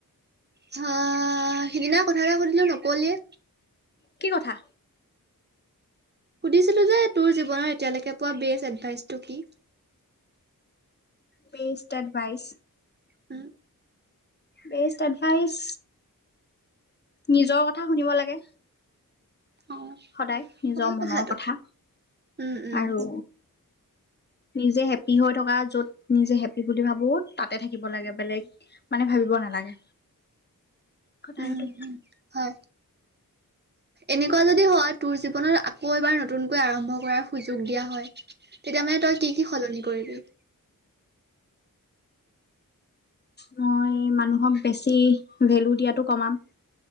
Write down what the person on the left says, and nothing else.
কি কথা।
Best advice.
বেষ্ট এডভাইচ নিজৰ কথা শুনিব লাগে।
সদায় নিজৰ
মনৰ
কথা
আৰু। নিজে হেপ্পী হৈ থকা য'ত নিজে হেপ্পী বুলি ভাবো তাতে থাকিব লাগে বেলেগ। মানে ভাবিব নালাগে কথা
সেইটো।
মই মানুহক বেছি ভেলো দিয়াতো কমাম।